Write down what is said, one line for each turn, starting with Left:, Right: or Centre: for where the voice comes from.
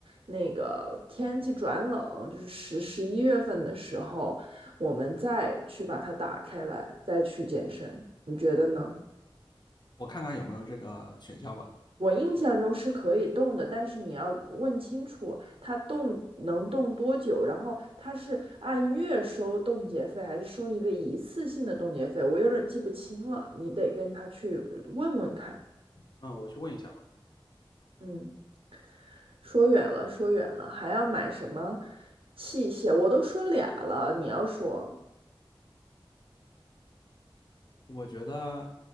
Right: 那个天气转冷，就是十十一月份的时候。我们再去把它打开来，再去健身，你觉得呢？
Left: 我看看有没有这个选项吧。
Right: 我印象中是可以动的，但是你要问清楚它动能动多久，然后它是按月收冻结费，还是收一个一次性的冻结费？我有点记不清了，你得跟他去问问看。
Left: 嗯，我去问一下吧。
Right: 嗯，说远了，说远了，还要买什么器械？我都说俩了，你要说
Left: 我觉得，